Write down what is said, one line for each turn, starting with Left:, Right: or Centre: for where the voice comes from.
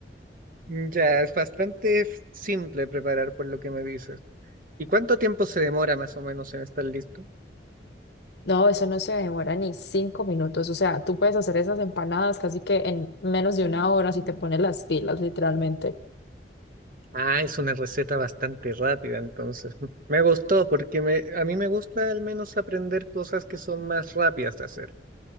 Right: Ya, es bastante f- simple preparar por lo que me dices. ¿Y cuánto tiempo se demora más o menos en estar listo?
Left: No, eso no se demora ni cinco minutos. O sea, tú puedes hacer esas empanadas casi que en menos de una hora si te pones las pilas, literalmente.
Right: Ah, es una receta bastante rápida, entonces. <laughs> Me gustó porque me, a mí me gusta al menos aprender cosas que son más rápidas de hacer.